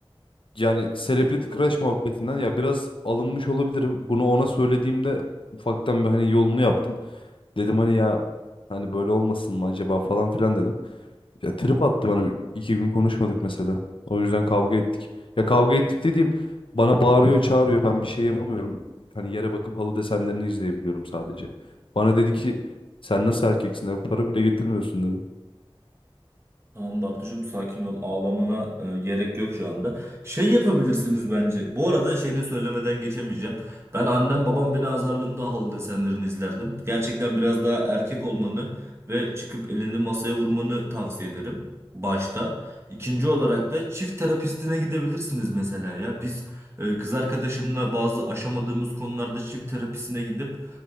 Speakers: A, on the left; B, on the right.
A: Yani Celebrity Crush muhabbetinden ya biraz alınmış olabilirim. Bunu ona söylediğimde ufaktan bir hani yolunu yaptım. Dedim hani ya hani böyle olmasın mı acaba falan filan dedim. Ya trip attı bana. İki gün konuşmadık mesela. O yüzden kavga ettik. Ya kavga ettik dediğim bana bağırıyor çağırıyor. Ben bir şey yapamıyorum. Hani yere bakıp halı desenlerini izleyebiliyorum sadece. Bana dedi ki sen nasıl erkeksin? Eve para bile getirmiyorsun dedi.
B: Tamam Bartucuğum sakin ol. Ağlamana e, gerek yok şu anda. Şey yapabilirsiniz bence. Bu arada şey de söylemeden geçemeyeceğim. Ben annem babam beni azarlığında halı desenlerini izlerdim. Gerçekten biraz daha erkek olmanı ve çıkıp elini masaya vurmanı tavsiye ederim. Başta. İkinci olarak da çift terapistine gidebilirsiniz mesela ya. Biz e, kız arkadaşımla bazı aşamadığımız konularda çift terapisine gidip